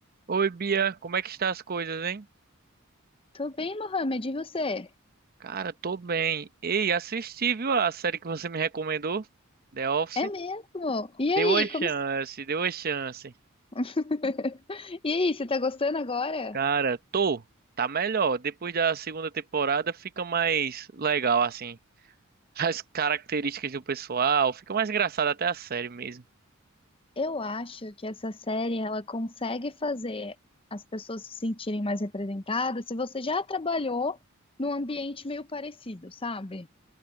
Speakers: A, on the right (about 45°); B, on the left (about 25°).
A: Oi, Bia, como é que está as coisas, hein?
B: Tô bem, Mohamed, e você?
A: Cara, tô bem. Ei, assisti, viu, a série que você me recomendou, The Office.
B: É mesmo? E
A: Deu
B: aí,
A: a chance,
B: como...
A: deu a chance.
B: <laughs> E aí, você tá gostando agora?
A: Cara, tô, tá melhor. Depois da segunda temporada fica mais legal, assim. <laughs> As características do pessoal, fica mais engraçado até a série mesmo.
B: Eu acho que essa série, ela consegue fazer as pessoas se sentirem mais representadas se você já trabalhou num ambiente meio parecido, sabe?